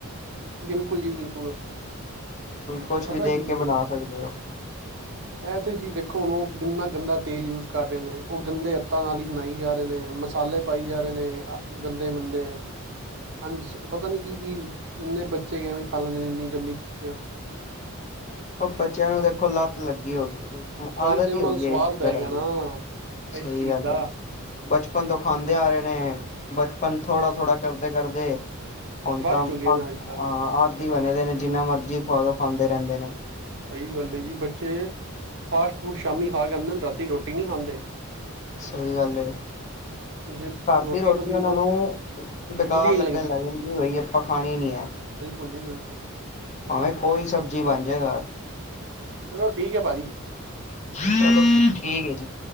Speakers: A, on the right (about 55°); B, on the left (about 30°).
A: ਬਿਲਕੁਲ ਜੀ ਬਿਲਕੁਲ।
B: ਤੁਸੀਂ ਕੁਛ
A: ਪਤਾ
B: ਵੀ ਦੇਖ
A: ਕੀ
B: ਕੇ
A: ਏ
B: ਬਣਾ ਸਕਦੇ ਹੋ।
A: ਇਹ ਤੇ ਜੀ ਦੇਖੋ ਹੁਣ ਉਹ ਕਿੰਨਾ ਗੰਦਾ ਤੇਲ ਯੂਜ ਕਰ ਰਹੇ ਨੇ, ਉਹ ਗੰਦੇ ਅੱਤਾਂ ਨਾਲ ਹੀ ਬਣਾਈ ਜਾ ਰਹੇ ਨੇ ਮਸਾਲੇ ਪਾਈ ਜਾ ਰਹੇ ਨੇ ਗੰਦੇ ਮੰਦੇ। ਹਾਂਜ ਪਤਾ ਨੀ ਕੀ ਕੀ ਇੰਨੇ ਬੱਚੇ ਕਿਵੇਂ ਖਾ ਲੈਂਦੇ ਨੇ ਇੰਨੀ ਗੰਦੀ ਚੀਜ਼ਾ।
B: ਉਹ ਬੱਚਿਆਂ ਨੂੰ ਦੇਖੋ ਲੱਤ ਲੱਗੀ ਹੋ ਗਈ
A: ਉਹੀ
B: ਆਦਤ
A: ਤੇ ਉਹਨਾਂ
B: ਹੀ ਹੋ
A: ਨੂੰ
B: ਗਈ
A: ਸਵਾਦ
B: ਹੈ ਇੱਕ
A: ਪੈ
B: ਤਰ੍ਹਾਂ
A: ਗਿਆ
B: ਦੀ।
A: ਨਾ
B: ਸਹੀ
A: ਇਸ ਚੀਜ਼
B: ਗੱਲ
A: ਦਾ
B: ਹੈ। ਬਚਪਨ ਤੋਂ ਖਾਂਦੇ ਆ ਰਹੇ ਨੇ ਬਚਪਨ ਥੋੜਾ-ਥੋੜ੍ਹਾ ਕਰਦੇ-ਕਰਦੇ ਹੁਣ
A: ਵੱਧ
B: ਤਾਂ
A: ਚੁੱਕੇ
B: ਹ ਆਦ
A: ਨੇ ਅੱਜ ਕੱਲ੍ਹ
B: ਹਾਂ ਆਦੀ ਬਣੇ ਦੇ ਨੇ ਜਿੰਨਾ ਮਰਜੀ ਖਵਾਦੋ ਖਾਂਦੇ ਰਹਿੰਦੇ ਨੇ।
A: ਸਹੀ ਗੱਲ ਜੀ ਬੱਚੇ ਫਾਸਟ ਫੂਡ ਸ਼ਾਮੀ ਖਾ ਜਾਂਦੇ ਰਾਤੀ ਰੋਟੀ ਨੀ ਖਾਂਦੇ।
B: ਸਹੀ ਗੱਲ ਹੈ,
A: ਜੇ
B: ਘਰ ਦੀ ਰੋਟੀ
A: ਤੋਂ ਬਿਨਾਂ
B: ਉਨਾਂ ਨੂੰ ਬੇਕਾਰ
A: ਵਧੀਆ
B: ਲੱਗਣ
A: ਨੀ ਲੱਗਦੀ
B: ਲੱਗ ਜਾਂਦੀ ਬਈ ਆਪਾਂ ਖਾਣੀ ਨੀ ਹੈ।
A: <unintelligible> ਬਿਲਕੁਲ।
B: ਭਾਵੇਂ ਕੋਈ ਸਬਜ਼ੀ ਬਣ ਜੇ ਘਰ।
A: ਚਲੋ ਠੀਕ ਹੈ ਭਾਜੀ।
B: ਚਲੋ ਠੀਕ ਹੈ ਜੀ।